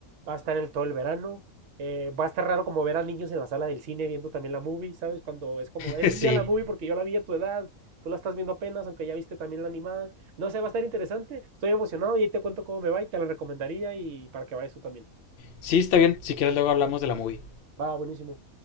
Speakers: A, on the right; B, on the left.
A: Va a estar en el, todo el verano. eh, va a estar raro como ver a niños en la sala del cine viendo también la movie, ¿sabes? Cuando es como, es
B: <laughs> Sí.
A: mía la movie porque yo la vi a tu edad, tú la estás viendo apenas, aunque ya viste también la animada. No sé, va a estar interesante. Estoy emocionado y ahí te cuento cómo me va y te la recomendaría y para que vayas tú también.
B: Sí, está bien. Si quieres, luego hablamos de la movie.
A: Va, buenísimo.